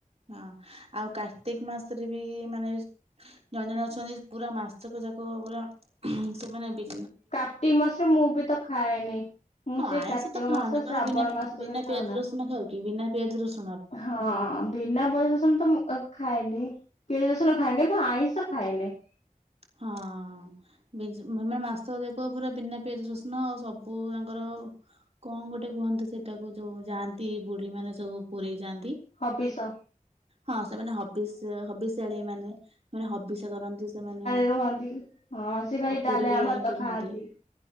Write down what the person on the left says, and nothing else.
କାର୍ତ୍ତିକ ମାସରେ ମୁଁ ବି ତ ଖାଏନି। ମୁଁ
ସେଇ
କାର୍ତ୍ତିକ
ମାସ
ଶ୍ରାବଣ
ମାସରେ
ଖାଉନା।
ହଁ ବିନା ପିଆଜ ରସୁଣ ତ ମୁଁ ଓ ଖାଏନି କେ ପିଆଜ ରସୁଣ ଖାଏ କିନ୍ତୁ ଆଇଁଷ ଖାଏନି।
ହବିଷ
ରୁହନ୍ତି ହଁ ସେ ଖାଲି ଡାଲେମା
ଭାତ
ଖାଆନ୍ତି।